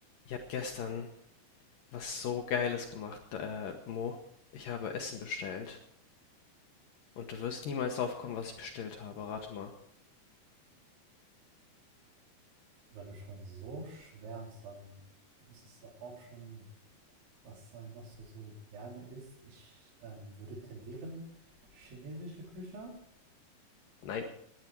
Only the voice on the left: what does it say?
Ich habe gestern was so Geiles gemacht, äh, Mo. Ich habe Essen bestellt. Und du wirst niemals drauf kommen, was ich bestellt habe. Rate mal.
Nein,